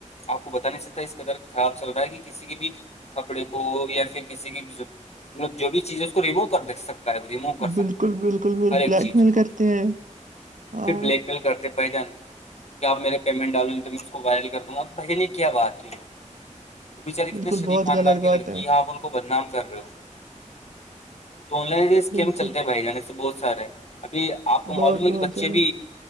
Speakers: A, on the left (about 55°); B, on the right (about 75°).
A: آپ کو بتا نہیں سکتا اس قدر خراب چل رہا ہے کہ کسی کی بھی کپڑے کو یا پھر کسی کی مطلب جو بھی چیز ہے اس کو ریموو کر دیکھ سکتے ریموو کر سکتا
B: بالکل
A: ہے
B: بالکل پھر
A: ہر ایک
B: بلیک
A: چیز
B: میل
A: کو
B: کرتے ہیں ہاں
A: صرف بلیک میل کرتے بھ جان کیا آپ میرے پیمنٹ ڈالوں گی تو میں اس کو وائل کر دوں گ اپ بہ نے کیا بات ہوئی بچے کتنے
B: بالکل
A: شریف
B: بہت
A: خاندان
B: غلط
A: کی
B: بات
A: لڑی
B: ہے
A: آپ کو بدنام کر رہے ہو تو آن لائن اسکیم
B: بالکل
A: چلتے بھائی جان سے بہت سارے ابھی آپ کو
B: بہت
A: معلوم ہے کہ
B: بہت
A: بچے
B: زیادہ
A: بھی